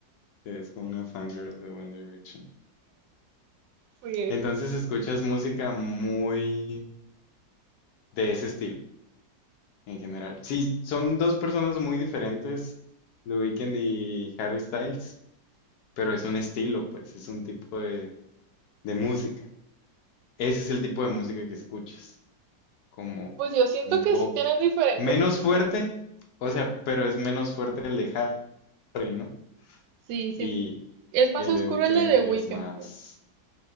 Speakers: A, on the left; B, on the right.
A: Te ves como una fangirl de One Direction.
B: Fui eso.
A: Entonces escuchas música muy de ese estilo en general. Sí, son dos personas muy diferentes, The Weeknd y Harry Styles, pero es un estilo, pues, es un tipo de, de música. Ese es el tipo de música que escuchas, como
B: Pues yo siento
A: un
B: que
A: pop
B: sí tienen diferentes
A: menos
B: tipos
A: fuerte,
B: de música.
A: o sea, pero es menos fuerte el de Harry, ¿no?
B: Sí, sí.
A: Y
B: Es más
A: el
B: oscuro
A: de The Weeknd
B: el de The Weeknd,
A: es más...
B: pues.